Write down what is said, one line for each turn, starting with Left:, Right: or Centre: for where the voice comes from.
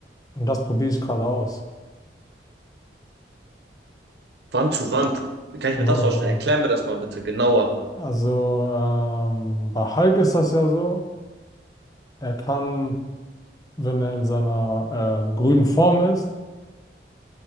Left: Und das probiere ich gerade aus.
Right: Wand zu Wand. Wie kann ich
Left: Genau,
Right: mir das vorstellen?
Left: genau.
Right: Erklär mir das mal bitte genauer.
Left: Also ähm, bei Hulk ist das ja so. Er kann, wenn er in seiner ähm, grünen Form ist,